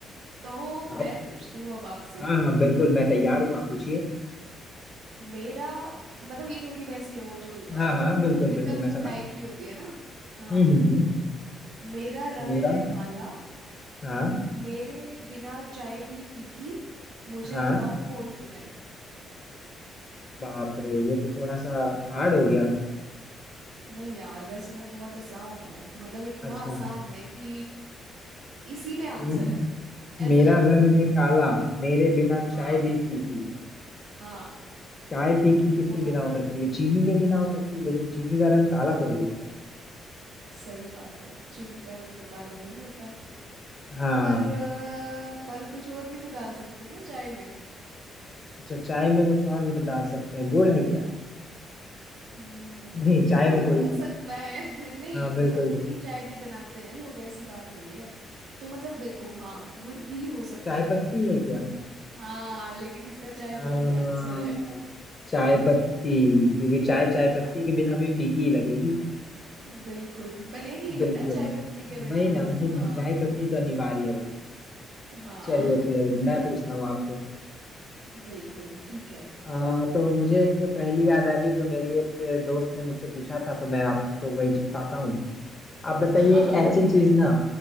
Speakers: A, on the right (about 85°); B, on the left (about 35°).
A: तो मैं
B: आप
A: पूछती हूँ अब आपसे
B: हाँ हाँ बिल्कुल मैं तैयार हूँ आप पूछिए
A: मेरा मतलब ये थोड़ी वैसी है वो जो
B: हाँ हाँ बिल्कुल
A: रिदम
B: बिल्कुल मैं समझ
A: टाइप
B: रहा
A: की होती है ना हाँ
B: हूँ हम्म हम्म हम्म,
A: मेरा रंग
B: मेरा
A: है काला
B: हाँ
A: मेरे बिना चाय भी फीकी मुझे
B: हाँ
A: बताओ कौन हूँ मैं
B: बाप रे ये तो थोड़ा सा हार्ड हो गया
A: नहीं यार वैसे ना बहुत आसान है मतलब इतना
B: अच्छा
A: आसान है कि इसी में आंसर
B: हम्म,
A: है ऐसे
B: मेरा
A: लगा लो
B: रंग है काला मेरे बिना चाय
A: हाँ
B: भी फीकी
A: हाँ
B: चाय फीकी किसके
A: तो
B: बिना हो सकती है चीनी के बिना हो सकती है लेकिन चीनी का रंग काला थोड़ी होता है
A: सही बात है चीनी का रंग तो काला नहीं होता
B: हाँ
A: पर अ, पर कुछ और भी तो डाल सकते हैं ना चाय में
B: अच्छा चाय में कुछ और भी तो डाल सकते हैं गुड़ है क्या
A: हम्म,
B: नहीं चाय
A: गुड़
B: में थोड़ी
A: हो
B: ना
A: सकता है <laughs> नहीं
B: हाँ बिल्कुल
A: मतलब गुड़ की चाय भी बनाते हैं लोग ऐसी बात नहीं है तो मतलब देखो हाँ गुड़ भी हो सकता
B: चाय
A: है
B: पत्ती है क्या
A: हाँ लेकिन इसका चाय
B: हाँ
A: पत्ती आंसर है
B: चाय पत्ती क्योंकि चाय चाय पत्ती
A: <laughs>
B: के बिना भी फीकी ही लगेगी
A: बिल्कुल बनेगी ही
B: बिल्कुल
A: नहीं ना चाय पत्ती के बिना
B: वही ना
A: तो
B: वही
A: हाँ
B: ना चाय पत्ती तो अनिवार्य है भाई
A: हाँ
B: चलिए फिर
A: <laughs>
B: मैं पूछता हूँ आपसे
A: बिल्कुल ठीक है
B: आ, तो मुझे एक पहेली याद आ रही है जो मेरी एक दोस्त ने मुझसे पूछा था तो मैं आपको वही चिपकाता हूँ आप बताइए
A: <laughs> हाँ
B: एक
A: ठीक
B: ऐसी चीज
A: है
B: ना